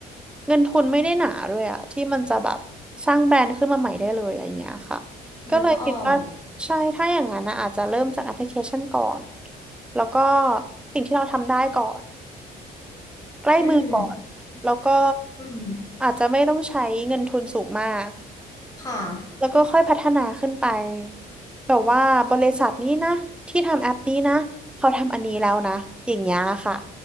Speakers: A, in the centre; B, on the left (about 20°).
A: เงินทุนไม่ได้หนาด้วยอะที่มันจะแบบสร้างแบรนด์ขึ้นมาใหม่ได้เลยอย่างเงี้ยค่ะก็เลยคิดว่า
B: นึกออก
A: ใช่ถ้าอย่างนั้นนะอาจจะเริ่มจากแอปพลิเคชันก่อนแล้วก็สิ่งที่เราทำได้ก่อนใกล้มือก่อนแล้วก็
B: อืมอืม
A: อาจจะไม่ต้องใช้เงินทุนสูงมาก
B: ค่ะ
A: แล้วก็ค่อยพัฒนาขึ้นไปแบบว่าบริษัทนี้นะที่ทำแอปนี้นะเขาทำอันนี้แล้วนะอย่างเงี้ยค่ะ